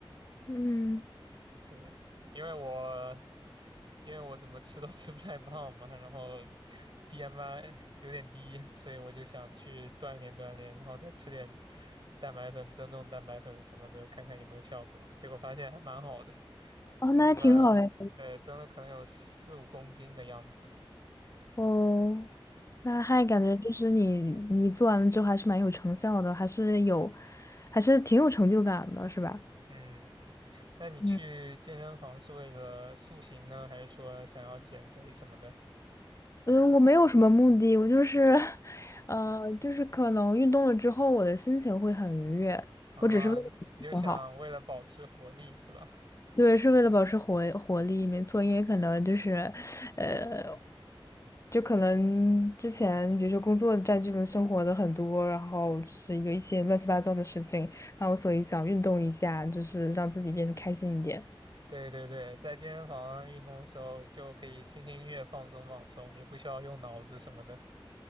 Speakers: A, on the left; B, on the right.
A: 嗯，
B: 对，因为我因为我怎么吃都 <laughs> 吃不太胖嘛，然后 BMI 有点低，所以我就想去锻炼锻炼，然后再吃点蛋白粉、增重蛋白粉什么的，看看有没有效果。结果发现还蛮好的。
A: 哦，
B: 增了，
A: 那还挺好嘞。
B: 呃，增了可能有四五公斤的样子。
A: 哦，那还感觉就是你你做完了之后还是蛮有成效的，
B: 对，
A: 还是有，还是挺有成就感的，是吧？
B: 嗯，那你去健身房是为了塑形呢，
A: 嗯，
B: 还是说想要减肥什么的？
A: 嗯，呃我没有什么目的，我就是，<laughs> 呃，就是可能运动了之后，我的心情会很愉悦，
B: 啊，
A: 我只是为了心情好。
B: 你就想为了保持活力是吧？
A: 对，是为了保持活活力，没错，因为可能就是，呃，就可能之前比如说工作占据了生活的很多，然后就是有一些乱七八糟的事情，然后所以想运动一下，就是让自己变得开心一点。
B: 对对对，在健身房运动的时候就可以听听音乐放松放松，也不需要用脑子什么的。